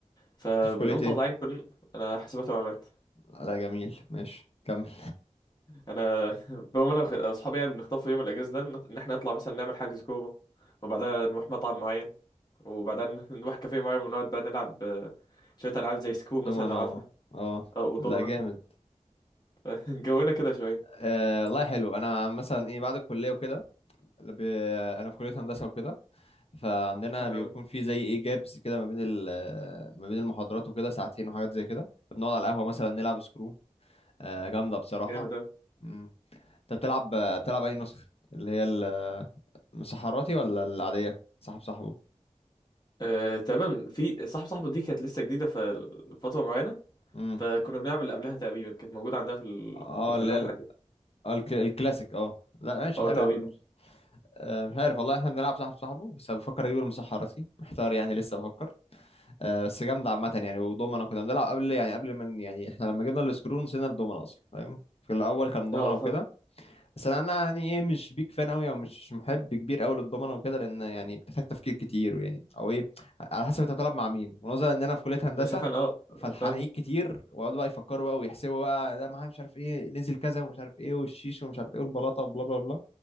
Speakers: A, on the left; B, on the left.
A: فبنقوم
B: في كليه
A: طالعين
B: ايه
A: كل انا حاسبات ومعلومات
B: لا جميل ماشي كمل
A: انا <laughs> بقوم انا وخ- واصحابي يعني بنختار في يوم الاجازه ده ان ان احنا نطلع مثلا نعمل حجز كوره وبعدها نروح مطعم معين وبعدين <laughs> نروح كافيه معين ونقعد بقى نلعب آه، شويه العاب زي سكرو مثلا
B: دومنا
A: لو عارفها
B: اه اه
A: اه ودومنا
B: لا جامد
A: <laughs> جونا كده شويه
B: آه والله حلو انا مثلا ايه بعد الكليه وكده ب... انا في كليه هندسه وكده فعندنا
A: انا
B: بيكون في زي ايه جابس كده ما بين ال... ما بين المحاضرات وكده ساعتين وحاجات زي كده بنقعد على القهوه مثلا نلعب سكرو آه، جامدة بصراحة
A: جامد
B: مم. انت بتلعب بتلعب اي نسخة اللي هي ال- الصحراتي ولا العادية صاحب صاحبه
A: آه، تمام في صاحب صاحبه دي كانت لسه جديده ففتره معينه
B: امم
A: فكنا بنعمل قبلها تقريبا كانت موجوده عندنا في
B: اه
A: الكافيه
B: اللي
A: اللي
B: هي
A: احنا
B: ال-
A: قاعدين
B: اه الك- الكلاسيك اه لا ماشي
A: اه
B: حلو
A: تقريبا
B: على فكرة. آه، مش عارف والله احنا بنلعب صاحب صاحبه بس أنا بفكر اجيب المصحراتي محتار يعني لسه بفكر آه بس جامدة عامة يعني ودومنا كنا بنلعب قبل يعني قبل ما ن- يعني احنا لما جبنا السكرون نسينا الدومنا اصلا فاهم في الاول كان دومنا
A: اه اه
B: وكده
A: فاهم
B: بس انا أنا يعني ايه مش بيك فان قوي او مش محب كبير قوي للضمنه وكده لان يعني بتحتاج تفكير كتير ويعني او ايه على حسب انت بتلعب مع مين ونظرا ان انا في كليه هندسه
A: مش عارف انا اه
B: فالحنايك
A: فاهم
B: كتير ويقعدوا بقى يفكروا بقى ويحسبوا بقى ده معاه مش عارف ايه نزل كذا ومش عارف ايه والشيش ومش عارف ايه والبلاطه وبلا بلا بلا